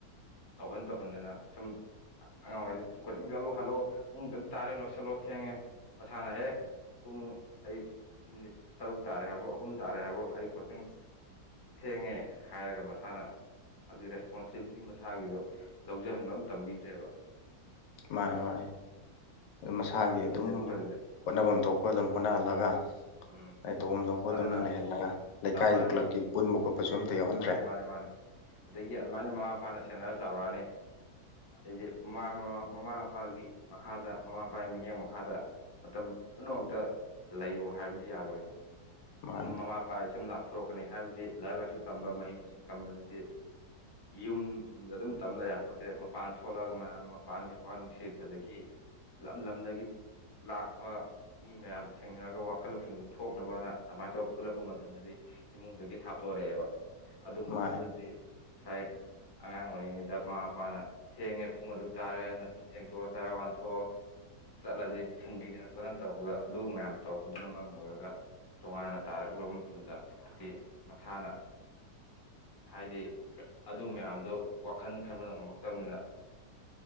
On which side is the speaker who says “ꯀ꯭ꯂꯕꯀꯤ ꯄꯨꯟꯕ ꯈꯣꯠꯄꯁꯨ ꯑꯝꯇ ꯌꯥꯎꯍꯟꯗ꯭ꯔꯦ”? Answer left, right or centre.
Left